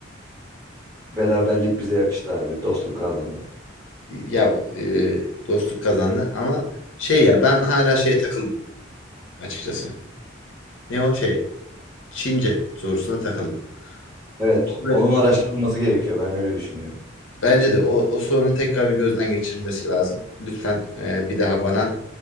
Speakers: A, on the right; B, on the left.
A: Beraberlik bize yakıştı abi. Dostluk kazandı.
B: Ya e, dostluk kazandı ama şey ya ben hala şeye takıldım açıkçası. Ne o şey? Çince sorusuna takıldım.
A: Evet,
B: O,
A: onun araştırılması gerekiyor. Ben öyle düşünüyorum.
B: Bence de o, o sorunun tekrar bir gözden geçirilmesi lazım. Lütfen e, bir daha bana